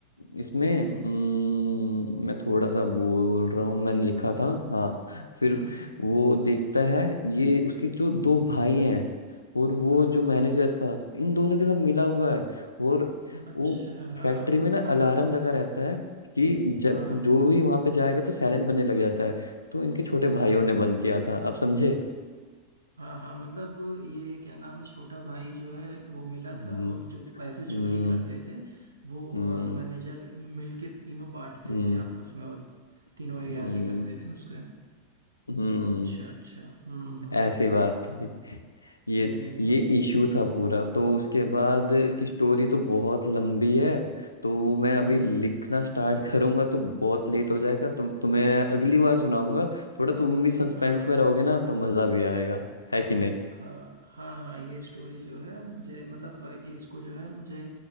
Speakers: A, on the left (about 80°); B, on the right (about 75°).
A: इसमें
B: हम्म
A: हम्म, मैं थोड़ा सा बोल रहा हूँ मैंने लिखा था हाँ फिर
B: हाँ हाँ
A: वो देखता है ये उसके जो दो भाई हैं और वो
B: हाँ
A: जो मैनेजर था इन दोनों के साथ मिला
B: हाँ,
A: हुआ है और
B: अच्छा
A: वो फैक्ट्री में ना
B: मतलब
A: अलार्म लगा रहता है कि जल,
B: हाँ
A: जो
B: हाँ
A: भी वहां पे जाएगा तो साइलेंट बनने लग जाता है तो इनके छोटे भाइयों
B: हम्म
A: ने बंद किया था आप समझे
B: हाँ हाँ मतलब ये क्या नाम है छोटा भाई जो है वो मिला
A: हम्म
B: था और जो पैसे चोरी
A: हम्म
B: करते थे वो
A: हम्म
B: मैनेजर मिलके तीनों बांटते
A: हम्म
B: थे आपस में और तीनों
A: हम्म
B: अय्याशी करते थे उसके
A: हम्म,
B: अच्छा अच्छा हम्म हम्म
A: ऐसी बात थी ये
B: हम्म
A: ये इशू था पूरा तो उसके बाद की स्टोरी तो बहुत लंबी है तो वो मैं
B: हम्म
A: अभी
B: हम्म,
A: लिखना स्टार्ट करूंगा तो बहुत लेट हो जाएगा तुम तुम्हें अगली बार सुनाऊंगा थोड़ा तुम भी सस्पेंस
B: हाँ
A: में रहोगे ना तो मजा भी आएगा है कि नहीं
B: हाँ हाँ हाँ ये स्टोरी जो है मुझे मतलब अ, इसको जो है मुझे